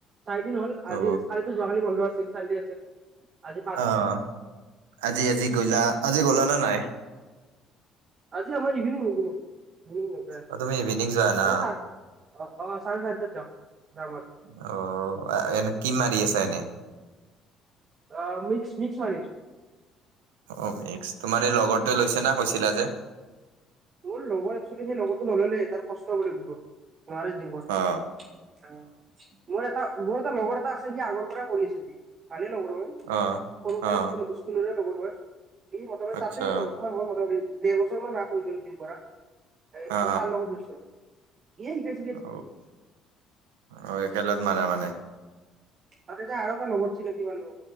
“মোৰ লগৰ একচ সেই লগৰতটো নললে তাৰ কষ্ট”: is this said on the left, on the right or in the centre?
Right